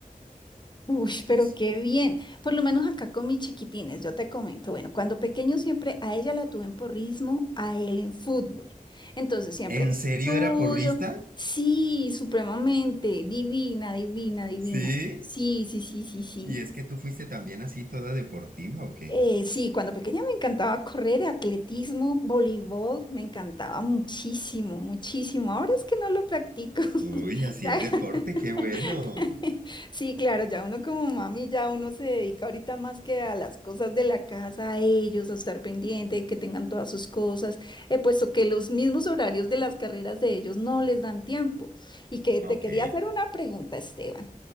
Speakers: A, on the left; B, on the right.
A: Uy, pero
B: Yo, s-
A: qué bien. Por lo menos acá con mis chiquitines, yo te comento. Bueno, cuando pequeño siempre a ella la tuve en porrismo, a él en fútbol. Entonces siempre
B: ¿en serio
A: estudio.
B: era porrista?
A: Sí, supremamente. Divina, divina, divina.
B: Sí,
A: Sí, sí, sí, sí, sí.
B: y es que tú fuiste también así toda deportiva, ¿o qué?
A: Eh, sí, cuando pequeña me encantaba correr, atletismo, voleibol, me encantaba muchísimo, muchísimo. Ahora es que no lo practico. <laughs>
B: Uy, hacías deporte, qué bueno.
A: <laughs> Sí, claro, ya uno como mami, ya uno se dedica ahorita más que a las cosas de la casa, a ellos, a estar pendiente, que tengan todas sus cosas, eh, puesto que los mismos horarios de las carreras de ellos no les dan tiempo. Y que te
B: Ah, Ok,
A: quería hacer una pregunta, Esteban.